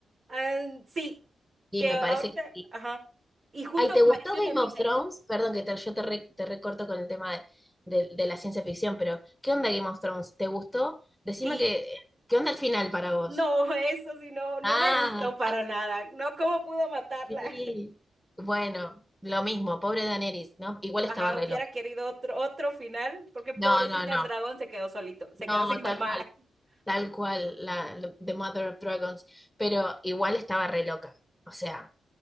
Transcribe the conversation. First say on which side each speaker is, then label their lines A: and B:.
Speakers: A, on the right (about 50°); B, in the centre.
A: am, sí.
B: Y
A: Que
B: me
A: ahorita,
B: parece que sí.
A: ajá. Y junto
B: Ay,
A: apareció
B: ¿te gustó Game
A: también
B: of
A: allí.
B: Thrones? Perdón que te- yo te, re- te recorto con el tema de, de- de la ciencia ficción, pero ¿qué onda Game of Thrones? ¿Te gustó? Decime
A: Sí.
B: que, ¿qué onda el final para vos?
A: No, eso sí, no, no
B: Ah,
A: me gustó para nada. No, ¿cómo pudo matarla?
B: sí. Bueno, lo mismo, pobre Daenerys, ¿no? Igual
A: Ajá,
B: estaba re
A: hubiera
B: loca.
A: querido otro, otro final, porque pobrecita
B: No, no, no.
A: el dragón se quedó solito, se quedó
B: No,
A: sin mamá.
B: tal cual,
A: <laughs>
B: tal cual, la, la- The Mother of Dragons. Pero igual estaba re loca. O sea,